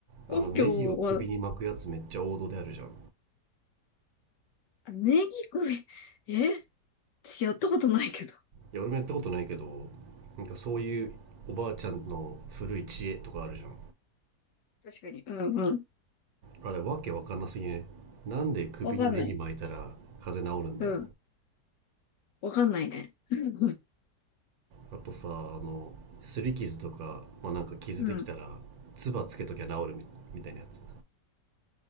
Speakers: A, on the left; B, on the right.
A: 根拠は、
B: あのネギを首に巻くやつめっちゃ王道であるじゃんい
A: あネギ首、え私やったことないけど。
B: や俺もやったことないけどなんかそういうおばあちゃんの古い知恵とかあるじゃん
A: 確かに。うん、うん。
B: あれわけわかんなすぎねなんで首にネギ巻いたら風邪治るんだよ
A: わかんない。うん。わかんないね。<laughs>
B: あとさあの擦り傷とか、まあ、なんか傷できたら唾つけときゃ治るみたいなやつ
A: うん。